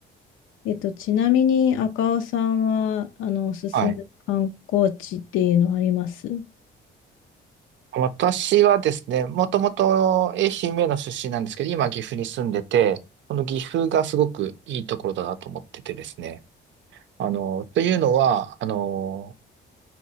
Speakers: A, on the left (about 85°); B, on the right (about 70°).
A: えっと、ちなみに赤尾さんは、あの、おすすめの観光地っていうのはあります
B: はい。私はですね、もともと愛媛の出身なんですけど、今岐阜に住んでて、この岐阜がすごくいいところだなと思っててですね。あの、というのは、あの、